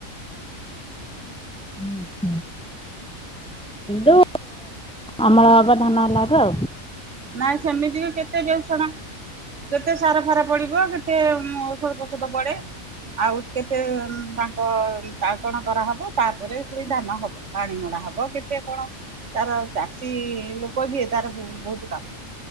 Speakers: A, in the centre; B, on the right.
A: ହୁଁ, ହୁଁ। କିନ୍ତୁ ଆମର ଏବେ ଧାନ ହେଲା ତ
B: ନାଇଁ ସେମିତି ବି କେତେ ବେଉସଣ କେତେ ସାର ଫାର ପଡିବ କେ ତେ ଔଷଧ ଫୌଷଧ ପଡେ। ଆଉ କେତେ ତାଙ୍କ ତାଦଣ କରାହବ ତାପରେ ପୁଣି ଧାନ ହବ ପାଣି ମଡା ଡାହବ କେତେ କଣ ତାର ଚାଷୀ ଲୋକ ଯିଏ ତାର ବହୁତ କା